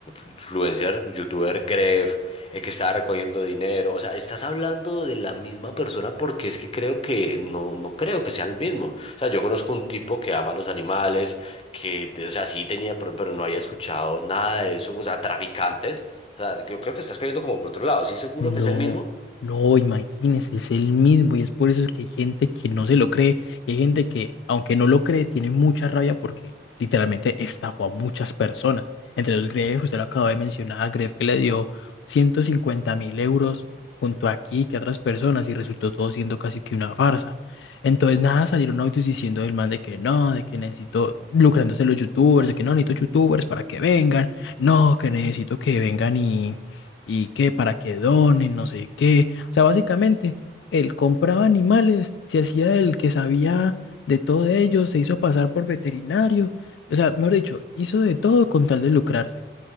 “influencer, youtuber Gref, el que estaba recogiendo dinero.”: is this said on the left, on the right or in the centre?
Left